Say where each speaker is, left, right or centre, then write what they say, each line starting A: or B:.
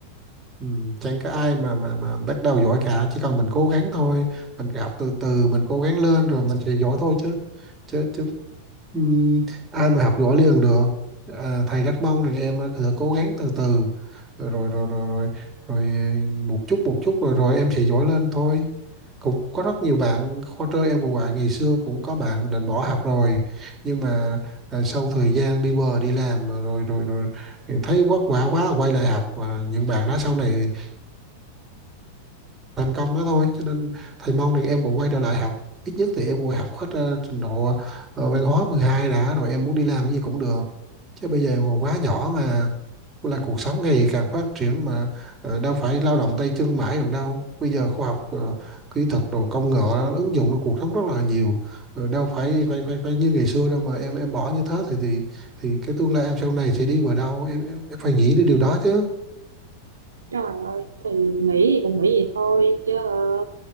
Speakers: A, on the right; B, on the right.
A: Ừ, chẳng có ai mà mà mà bắt đầu giỏi cả chỉ cần mình cố gắng thôi mình học từ từ mình cố gắng lên rồi mình sẽ giỏi thôi chứ chứ chứ ừm, ai mà học giỏi liền được à, thầy rất mong rằng em cứ cố gắng từ từ rồi rồi rồi rồi rồi, rồi một chút một chút rồi rồi em sẽ giỏi lên thôi cũng có rất nhiều bạn khóa trơ em cũng vậy ngày xưa cũng có bạn định bỏ học rồi nhưng mà à, sau thời gian đi bờ đi làm rồi rồi rồi thấy vất vả quá quay lại học và những bạn đó sau này thành công đó thôi cho nên thầy mong thì em cũng quay trở lại học ít nhất thì em cũng học hết ờ, trình độ ờ, văn hóa 12 đã rồi em muốn đi làm cái gì cũng được chứ bây giờ còn quá nhỏ mà là cuộc sống ngày càng phát triển mà ờ, đâu phải lao động tay chân mãi được đâu bây giờ khoa học ờ, kỹ thuật đồ công nghệ nó ứng dụng vào cuộc sống rất là nhiều Ờ, đâu phải phải phải phải như ngày xưa đâu mà em em bỏ như thế thì thì thì cái tương lai em sau này sẽ đi vào đâu em em, em phải nghĩ đến điều đó chứ
B: trời ơi thì nghĩ thì cũng nghĩ vậy thôi chứ ờ,